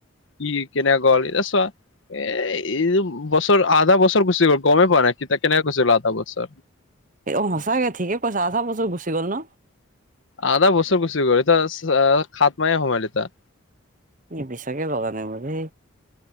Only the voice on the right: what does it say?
এ অ সঁচাকে ঠিকেই কৈছা আধা বছৰ গুচি গল ন?
বিশছাকে লগা নাই বে।